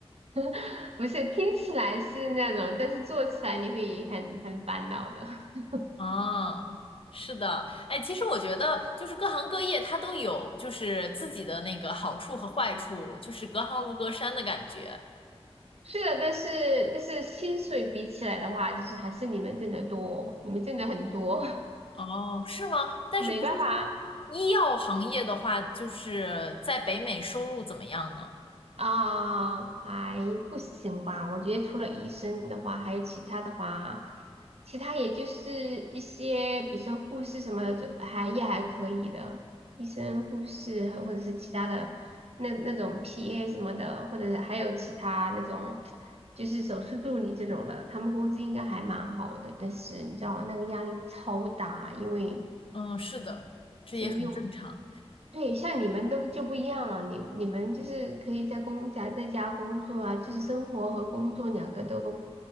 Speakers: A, on the right; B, on the left.
A: <laughs> 不是，听起来是那种，但是做起来你会很很烦恼的。<laughs>
B: 啊，是的，哎，其实我觉得就是各行各业它都有就是自己的那个好处和坏处，就是隔行如隔山的感觉。
A: 是的，但是但是薪水比起来的话，就是还是你们挣得多，你们挣得很多，
B: 哦，是吗？
A: <laughs>
B: 但是不是说医药行业的话，
A: 没办法。
B: 就是在北美收入怎么样呢？
A: 啊，还不行吧？我觉得除了医生的话，还有其他的话，其他也就是一些，比如说护士什么的，就还也还可以的。医生、护士和或者是其他的那那种 PA 什么的，或者是还有其他那种就是手术助理这种的，他们工资应该还蛮好的。但是你知道那个压力超大，因为
B: 嗯，是的，这也很正常。
A: 是用对，像你们都就不一样了，你你们就是可以在工家在家工作啊，就是生活和工作两个都